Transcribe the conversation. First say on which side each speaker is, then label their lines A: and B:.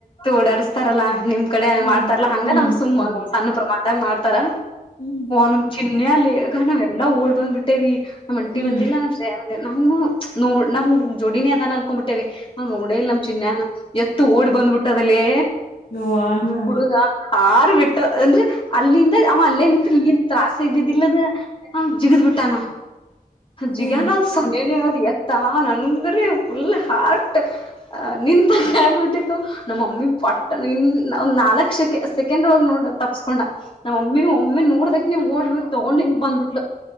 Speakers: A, on the left; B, on the left.
A: ಓಡಾಡಸ್ತಾರಲ್ಲಾ ನಿಮ್ ಕಡೆಏ
B: ಹ್ಮ್
A: ಮಾಡ್ತಾರಲ್ಲಾ ಹಂಗ
B: ಹ್ಮ್
A: ನಮ್ ಸು್
B: ಹಬ್ಬ
A: ಒ್ ಸಣ್ಣ ಪ್ರಮಾಣದಾಗ ಮಾಡ್ತಾರ
B: ಹ್ಮ್
A: ನು ಚಿನ್ನ ಅಲ್ಲಿ ಗನ ಎಲ್ಲಾ ಓಡ್ ಬಂದ್ಬ ಬಿಟ್ಟೇವಿ ನಮ್ ಅಂಟಿ
B: ಹ್ಮ್
A: ಬಂದಿಲ್ಲಾ ನಮ್ ಸ ಬಂದ ನಾವು ನೋಡ್ ನಮ್ ಜೋಡಿನಿ ಅದಾನ ಅನ್ಕೊಂಡ್ಬ ಬಿಟ್ಟೇವಿ ನಾವ್ ನೋಡೇ ಇಲ್ ನಮ್ ಚಿನ್ನಾನ ಎತ್ತು ಓಡ್ ಬಂದ್ಬಿಟ್ಟದಲ್ಲಿ
B: ಯವ್ವಾ ಹಾ
A: ಹುಡುಗ ಬಿಟ್ಟು ಅಂದ್ರೆ ಅಲ್ಲಿಂದ ಅವ ಅಲ್ಲೇ ನಿತ್ ಹಗೆನ್ ತತ್ರಾಸ ಇದ್ದಿದ್ದಿಲ್ಲದ ಹಾ ಜಿಗದ ಬುಟ್ಟಾನ
B: ಹ್ಮ್
A: ಜಿಗಾನದು ಸ ತ್ತಾ ನನ್ಂದ್ರೆ ಫುಲ್ ಹಾರ್ಟ್ ಅ ನಿಂತ ಕಗ್ ಬಿಿಟ್ಟಿತ್ತು ನಮ್ಮ ಮಮ್ಮಿ ಪಟ್ಟಣ ಇನ್ನ ಒಂದ ನಲ್ಕ್ ಶೆ ಸೆಕೆಂಡ್ ಒಳಗೆ ನೋಡ ತಪ್ಸ್ಕೊಂಡ ನಾವ್ಮ್ಮಿ ಒಮ್ಮಿ ನೋಡ್ದಕ್ ನೀವ್ ಓಡ್ ತಗೊಂಡ್ ಹಂಗ ಬಂದ್ಬಿಟ್ಲು